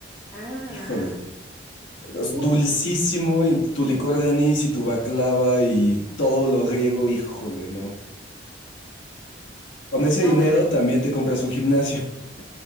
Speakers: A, in the centre; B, on the left.
A: Ah,
B: Híjole, es
A: uy.
B: dulcísimo y tu licor de anís y tu baklava y todo lo griego, híjole, ¿no? Con ese
A: No,
B: dinero
A: bueno,
B: también te compras un gimnasio. <laughs>